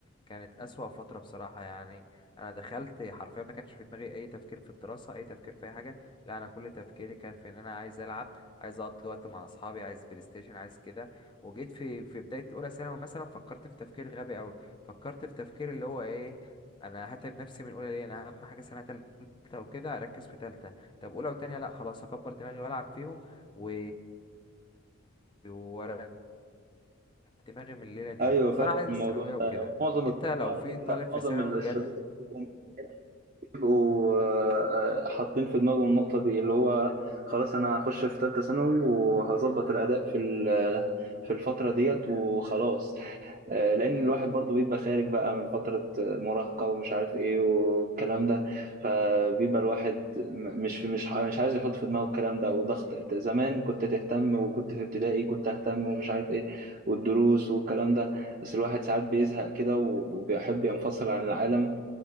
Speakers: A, on the left; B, on the right.
A: كانت أسوأ فترة بصراحة يعني أنا دخلت حرفيا ما كانش في دماغي أي تفكير في الدراسة أي تفكير في أي حاجة لا انا كل تفكيري كان في ان انا عايز العب عايز اقضي وقت مع اصحابي عايز بلاي ستيشن عايز كده وجيت في في بدايه اولى ثانوي مثلا فكرت في تفكير غبي قوي فكرت في تفكير اللي هو ايه انا هتعب نفسي من اولى ليه انا اهم حاجه سنه تالته وكده اركز في تالته طب اولى وتانيه لا خلاص اكبر دماغي والعب فيهم و واريح دماغي من الليله دي
B: أيوه فاهم
A: طب انا عايز
B: الموضوع
A: الثانويه وكده
B: ده معظم الطلبة
A: انت لو
B: على
A: في
B: فكرة
A: طالب في
B: معظم
A: ثانوي
B: الشباب
A: جال
B: عندهم بيبقوا آه، آه، حاطين في دماغهم النقطة دي اللي هو خلاص أنا هخش في تالتة ثانوي وهظبط الأداء في ال- في الفترة ديت وخلاص آه، لان الواحد برضو بيبقى خارج بقى من فترة آه، مراهقة ومش عارف ايه والكلام ده فبيبقى الواحد م- مش في مش ح- مش عايز يحط في دماغه الكلام ده وضغط زمان كنت تهتم وكنت في ابتدائي كنت اهتم ومش عارف ايه والدروس والكلام ده بس الواحد ساعات بيزهق كده و- وبيحب ينفصل عن العالم